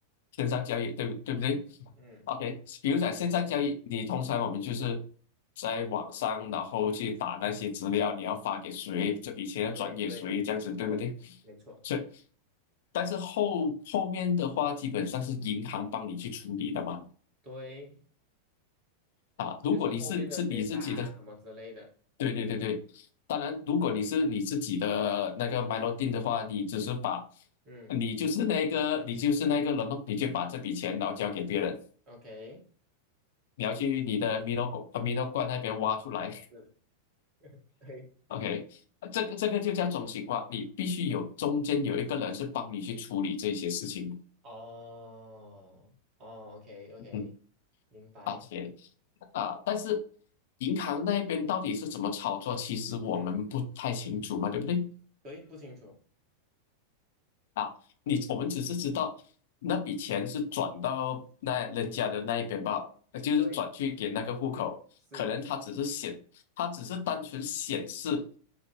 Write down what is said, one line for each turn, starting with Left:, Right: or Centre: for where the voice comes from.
Left: 线上交易，对不对不对？
Right: 嗯，
Left: OK，比如讲现在交易，你通常我们就是在网上，然后去打那些资料，你要发给谁，这笔钱要转给谁，
Right: 对对，
Left: 这样子对不对？
Right: 没错没错，
Left: 所以，但是后后面的话，基本上是银行帮你去处理的嘛。
Right: 对，
Left: 啊，如果你是自你自己的，
Right: 就是后面的 data 啊什么之类的，
Left: 对对对对，当然，如果你是你自己的那个 melody 的话，你只是把，
Right: 嗯
Left: 你就是那个你就是那个人咯，你就把这笔钱然后交给别人，
Right: ，OK，
Left: 你要去你的米 i l o 呃 m i 罐那边挖出来。
Right: 是，对，
Left: OK，这个这个就叫中心化，你必须有中间有一个人是帮你去处理这些事情，
Right: 哦哦，OK OK，
Left: 嗯，
Right: 明白，
Left: 而且啊，但是银行那边到底是怎么操作，其实我们不太清楚嘛，
Right: 嗯，
Left: 对不对？
Right: 对，不清楚，
Left: 啊，你我们只是知道那笔钱是转到那人家的那一边罢了，呃就是转去给那个户口，
Right: 对，是，
Left: 可能他只是显，他只是单纯显示，